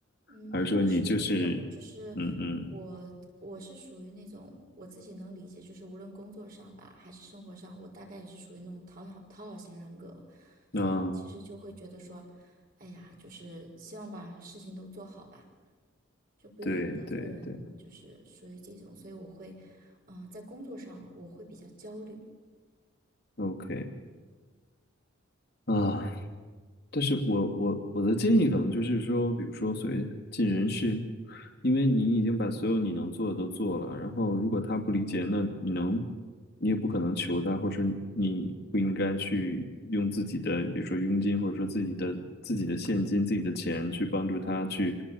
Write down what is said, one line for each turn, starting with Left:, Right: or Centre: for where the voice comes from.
Right: 嗯，
Left: 还是说你就是，
Right: 那倒是没有，只是
Left: 嗯嗯。
Right: 我我是属于那种我自己能理解，就是无论工作上吧，还是生活上，我大概也是属于那种讨好讨好型人格，所以我其实就会觉得说，
Left: 啊？
Right: 哎呀，就是希望把事情都做好吧，就不愿意得罪人，
Left: 对对对
Right: 就是属于这种，所以我会，嗯、在工作上我会比较焦虑。
Left: ，OK 啊，但是我我我的建议可能就是说，比如说所谓尽人事，因为你已经把所有你能做的都做了，然后如果他不理解，那你能，你也不可能求他，或者说你不应该去用自己的，比如说佣金，或者说自己的自己的现金、自己的钱去帮助他去